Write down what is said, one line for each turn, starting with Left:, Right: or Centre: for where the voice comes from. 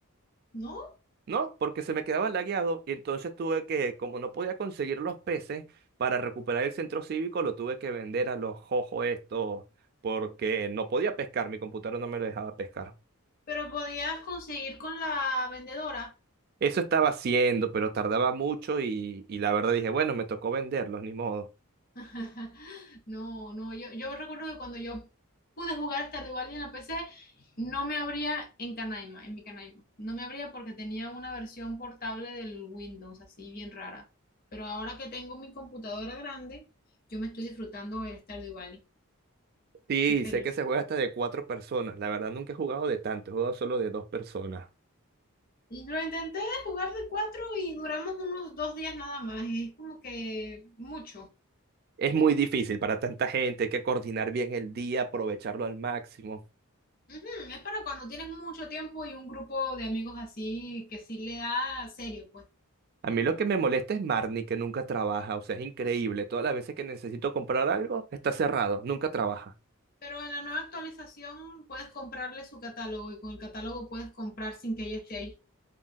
Left: ¿No?
Right: No, porque se me quedaba lagueado y entonces tuve que, como no podía conseguir los peces para recuperar el centro cívico, lo tuve que vender a los jojos estos porque no podía pescar, mi computadora no me lo dejaba pescar.
Left: Pero podías conseguir con la vendedora
Right: Eso estaba haciendo, pero tardaba mucho y, y la verdad dije, bueno, me tocó venderlos, ni modo.
Left: <laughs> No, no, yo, yo recuerdo que cuando yo pude jugar Stardew Valley en la PC, no me abría en Canaima, en mi Canaima. No me abría porque tenía una versión portable del Windows, así bien rara. Pero ahora que tengo mi computadora grande, yo me estoy disfrutando del Stardew Valley.
Right: Sí,
Left: Soy feliz.
Right: sé que se juega hasta de cuatro personas, la verdad nunca he jugado de tanto, he jugado solo de dos personas.
Left: Y Lo intenté jugar de cuatro y duramos unos dos días nada más. Es como que mucho.
Right: Es muy difícil para tanta gente, hay que coordinar bien el día, aprovecharlo al máximo.
Left: Ujú, Es para cuando tienes mucho tiempo y un grupo de amigos así que sí le da serio, pues.
Right: A mí lo que me molesta es Marnie, que nunca trabaja. O sea, es increíble. Todas las veces que necesito comprar algo, está cerrado. Nunca trabaja.
Left: Pero en la nueva actualización puedes comprarle su catálogo y con el catálogo puedes comprar sin que ella esté ahí.